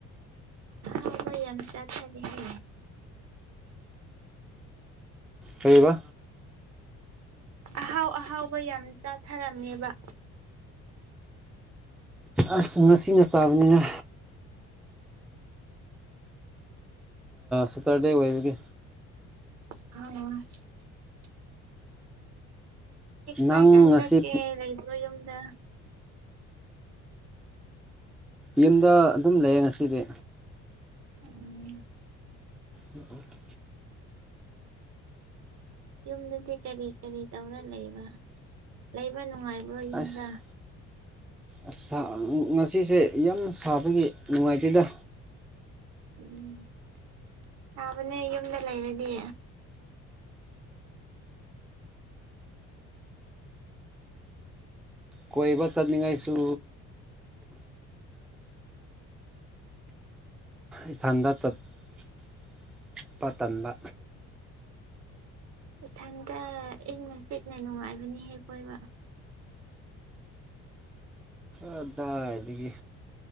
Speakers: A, on the right (about 60°); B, in the centre.
A: ꯍꯕꯏ ꯌꯥꯝ ꯆꯥꯛꯕꯤ ꯍꯦ
B: ꯍꯥꯏꯔꯤꯕ
A: ꯑꯍꯥꯎ ꯑꯍꯥꯎꯕ ꯌꯥꯝ ꯆꯥꯊꯔꯝꯃꯦꯕ
B: ꯑꯁ ꯉꯁꯤꯅ ꯆꯥꯕꯅꯤꯅ
A: ꯎꯝ <unintelligible> <inaudible>
B: ꯁꯇꯔꯗꯦ ꯑꯣꯏꯕꯒꯦ
A: ꯑ <unintelligible> <inaudible>
B: ꯅꯪ
A: ꯀꯥꯏ ꯀꯥꯏ
B: ꯉꯁꯤ
A: ꯆꯠꯀꯦ ꯂꯩꯕ꯭ꯔꯣ ꯌꯨꯝꯗ
B: ꯌꯨꯝꯗ ꯑꯗꯨꯝ ꯂꯩꯌꯦ ꯉꯁꯤꯗꯤ
A: ꯎꯝ <inaudible>
B: ꯑꯣ ꯑꯣ <unintelligible> <inaudible>
A: ꯌꯨꯝꯗꯗꯤ ꯀꯔꯤ ꯀꯔꯤ ꯇꯧꯔ ꯂꯩꯕ ꯂꯩꯕ ꯅꯨꯡꯉꯥꯏꯕ <inaudible> ꯍ꯭ꯔ ꯌꯨꯝꯗ
B: ꯑꯁ ꯑꯁ ꯉꯁꯤꯁꯦ ꯌꯥꯝ ꯁꯥꯕꯒꯤ ꯅꯨꯡꯉꯥꯏꯇꯦꯗ
A: ꯎꯝ ꯁꯥꯥꯕꯅꯦ ꯌꯨꯝꯗ ꯂꯩꯔꯗꯤ
B: ꯀꯣꯏꯕ ꯆꯠꯅꯤꯡꯉꯥꯏꯁꯨ ꯏꯁꯊꯟꯗ ꯆꯠꯄ ꯇꯟꯥꯟꯕ
A: ꯏꯊꯟꯇ ꯏꯪꯅ ꯆꯤꯛꯅ ꯅꯨꯡꯉꯥꯏꯕꯅꯤ ꯍꯦꯛ ꯀꯣꯏꯕ
B: ꯑꯗꯥ ꯑꯗꯒꯤ